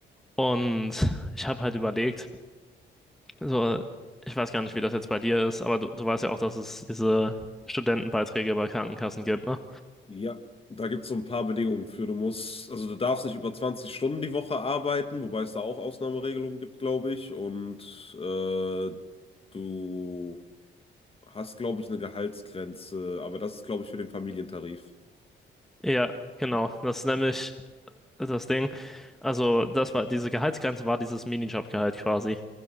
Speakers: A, in the centre; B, on the left (about 30°).
A: Und ich habe halt überlegt, so, ich weiß gar nicht, wie das jetzt bei dir ist, aber du, du weißt ja auch, dass es diese Studentenbeiträge bei Krankenkassen gibt, ne?
B: ja. Da gibt es so ein paar Bedingungen für. Du musst, also du darfst nicht über 20 Stunden die Woche arbeiten, wobei es da auch Ausnahmeregelungen gibt, glaube ich. Und äh, du hast, glaube ich, eine Gehaltsgrenze, aber das ist, glaube ich, für den Familientarif.
A: Ja, genau. Das ist nämlich das Ding. Also, das war diese Gehaltsgrenze war dieses Minijobgehalt quasi.